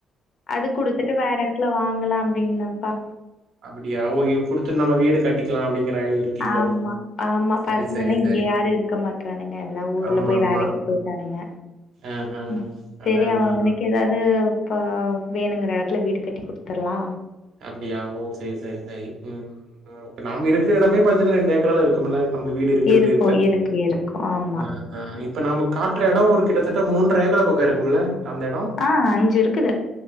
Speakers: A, on the left; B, on the right.
A: அது குடுத்துட்டு வேற எடத்துல வாங்கலா அப்டின்தாப்பா
B: அப்டியா ஓ இது குடுத்துன் நம்ம வீடு கட்டிக்லா அப்டிங்கிற ஐடியால இருக்கீங்களோ?
A: ஆமா ஆமா
B: சரி,
A: பசங்கல்லா
B: சரி,
A: இங்க
B: சரி.
A: யாரு இருக்க மாட்டறானுங்க எல்லா ஊர்ல
B: ஆமா,
A: போய்
B: ஆமா.
A: வேலைக்கு போய்ட்டானுங்க
B: ஆஹ.
A: ம்
B: அதான்,
A: செரி
B: அதான்,
A: அவ அவுனுக்கு
B: அதான்.
A: ஏதாவ்து ப்ப வேணுங்கிற எடத்துல வீடு கட்டி குடுத்தர்லா
B: அப்டியா ஒ செரி செரி செரி ம் ம் இப்ப நம்ப இருக்கிற எடமே பாத்தீன்னா ரெண்டு ஏக்கராது இருக்கும்ல்ல நம்ப வீட் கட்டி இருக்கிறது
A: இருக்கு இருக்கு இருக்கு ஆமா
B: ம் ம் இப்ப இப்ப நம்ப காட்டுற எடோ ஒரு கிட்டத்தட்ட மூன்று எக்கார பக்கோ இருக்கும்ல அந்த எடோ
A: ஆ அஞ்சு இருக்குது